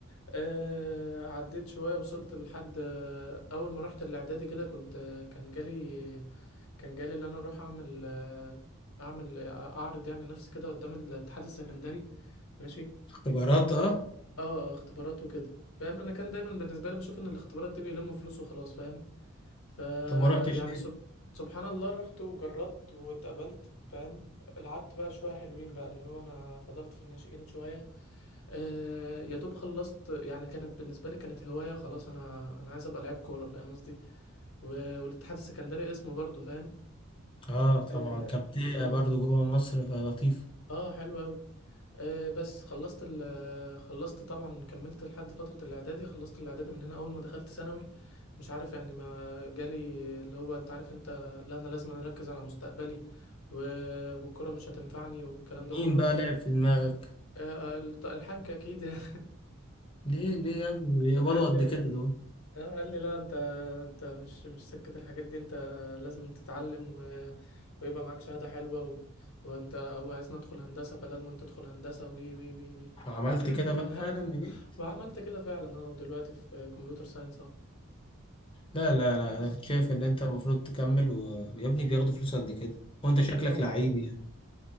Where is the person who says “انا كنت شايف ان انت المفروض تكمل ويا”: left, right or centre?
Left